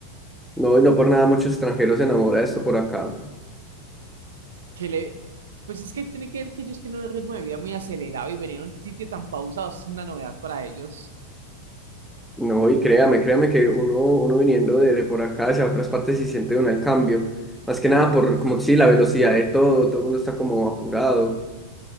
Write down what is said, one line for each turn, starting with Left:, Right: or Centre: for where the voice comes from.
Centre: No, y no por nada muchos extranjeros se enamoran de esto por acá.
Right: Que le, pues es que tiene que ver que ellos tienen un ritmo de vida muy acelerado y venir a un sitio tan pausado es una novedad para ellos.
Centre: No, y créame, créame que uno, uno viniendo de, de por acá hacia otras partes se siente un el cambio. Más que nada por, como sí, la velocidad de todo, todo el mundo está como apurado.